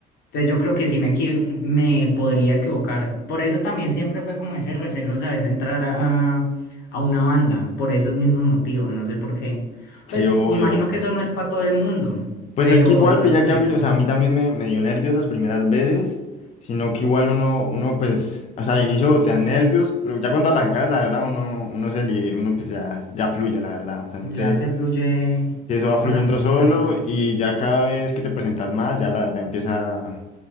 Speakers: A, on the left (about 85°); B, on the left (about 40°).
A: Entonces yo creo que sí me, equi- me podría equivocar. Por eso también siempre fue como ese recelo, ¿sabes? De entrar a, a una banda, por esos mismos motivos, no sé por qué.
B: Sí,
A: Pues
B: obvio.
A: me imagino que eso no es para todo el mundo,
B: Pues
A: pero
B: es que igual,
A: de todas
B: pues ya
A: maneras
B: que a mí, o sea, a mí también me, me dio nervios las primeras veces, sino que igual uno, uno pues, o sea, al inicio te da nervios, pero ya cuando arrancas, la verdad, uno, uno se, lie- uno pues ya, ya fluye, la verdad, o sea, no
A: ya
B: te,
A: se fluye
B: y eso va
A: con
B: fluyendo
A: la música
B: solo
A: de una
B: y
A: vez.
B: ya cada vez que te presentas más, ya la verdad empieza,